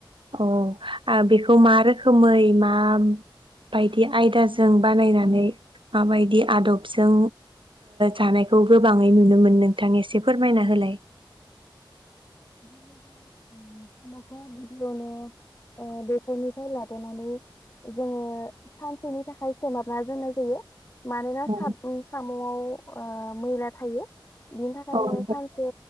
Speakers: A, on the right; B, on the left.
A: औ आ‌ बेखौ मा रोखोमै मा बादि आयदाजों बानायनानै माबायदि आदबजों जानायखौ गोबाङै नुनो मोन नोंथां एसे फोरमायना होलाय
B: ओमफ्राय सामखौ गिबियावनो ओ दैखरनिफ्राय लाबोनानै जोङो सानसेनि थाखाय सोमहाबना दोननाय जायो। मानोना
A: औ
B: साटनि साम'आव मैला थायो। बिनि थाखायनो
A: औ नोंथां
B: सानसे